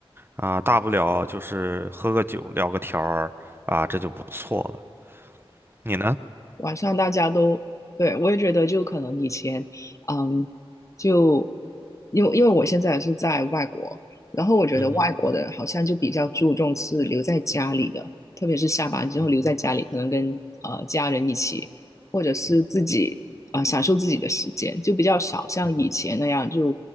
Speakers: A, on the right (about 20°); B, on the left (about 30°).
A: 啊，大不了就是喝个酒，聊个天儿啊，这就不错了。你呢？
B: 晚上大家都，对，我也觉得就可能以前，嗯，就因为因为我现在也是在外国，然后我觉得外国的好像就比较注重是留在家里的，
A: 嗯哼，
B: 特别是下班之后留在家里，
A: 嗯哼，
B: 可能跟呃家人一起，或者是自己啊、
A: 嗯哼，
B: 呃享受自己的时间，就比较少像以前那样就
A: 嗯哼，